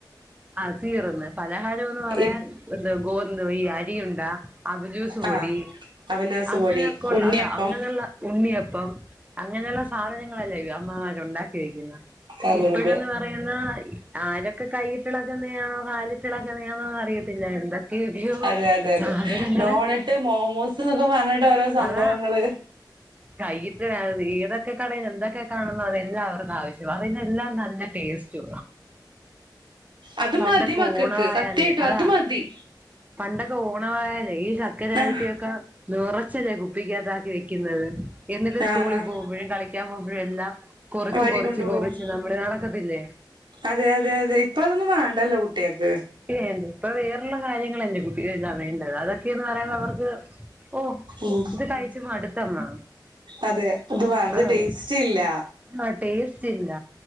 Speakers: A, on the right (about 20°); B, on the right (about 85°).
A: ആഹ് തീറന്ന് പലഹാരം എന്ന് പറയാൻ
B: ഇ
A: ന്താ ഗോ എന്തോ ഈ അരിണ്ടാ അവ്ലോസ് പൊടി
B: ആഹ് അവലോസ്
A: അങ്ങനെയൊക്കെള്ള
B: പൊടി ഉണ്ണിയപ്പം
A: അല്ലാ അങ്ങനെള്ള ഉണ്ണിയപ്പം അങ്ങനെയുള്ള സാധനങ്ങളല്ലേ ഇ അമ്മമാരുണ്ടാക്കിയിരിക്കുന്നേ.
B: അതെ
A: ഇപ്പഴന്ന്
B: അതെ
A: പറയുന്ന ആരൊക്കെ കൈയിട്ടിളകുന്ന ആണോ കാൽ ളക്കെയന്നൊന്നും അറിയത്തില്ല എന്തൊക്കെയക്കയോ
B: അതെ അതെ അതെ
A: സാധനങ്ങള്
B: ഡോണറ്റ് മോമോസ് എന്നൊക്കെ പറഞ്ഞിട്ട് ഓരോ സംഭവങ്ങള്.
A: അതാ കൈയിട്ട് ഏതൊക്കെ കടയിൽ എന്തൊക്കെ കാണുന്ന അതെല്ലാം അവർക്കും ആവശ്യം അറിവുല്ലാം നല്ല ടേസ്റ്റ്.
B: അത്
A: പണ്ടൊക്കെ
B: മതി മക്കൾക്ക്
A: ഓണവായാലേ
B: സത്യായിട്ടും
A: അതാ
B: അത് മതി
A: പണ്ടൊക്കെ ഓണമായായാല ഈ ചക്കര വരട്ടിയൊക്കെ
B: ആഹ്
A: നീറ ച്ചല്ലേ കുപ്പിക്കകത്താക്കി വെക്കുന്നത് എന്നിട്ട് സ്കൂളിൽ
B: ആഹ് ആഹ്
A: പോകുമ്പോഴും കളിക്കാൻ പോകുമ്പോഴും എല്ലാം കൊറച്ച്
B: വാരിക്കൊണ്ടു
A: കൊറച്ച് കൊറച്ച്
B: പോവും
A: നമ്മള് നടക്കത്തില്ലേ.
B: അതെ അതെ അതെ ഇപ്പ അതൊന്നും വേണ്ടല്ലോ കുട്ടികൾക്ക്.
A: വേണ്ട ഇപ്പൊ വേറള്ള കാര്യങ്ങളല്ലേ കുട്ടികളെല്ലാം വേണ്ടത് അതൊക്കെയന്ന് പറയുമ്പോ അവർക്ക് ഓ
B: ഉം
A: ഇത് കഴിച്ച് മടുത്തമ്മ
B: അതെ ഇത് പണ്ടത്
A: ആഹ്
B: ടേസ്റ്റ് ഇല്ല.
A: ആഹ് ടേസ്റ്റ് ഇല്ല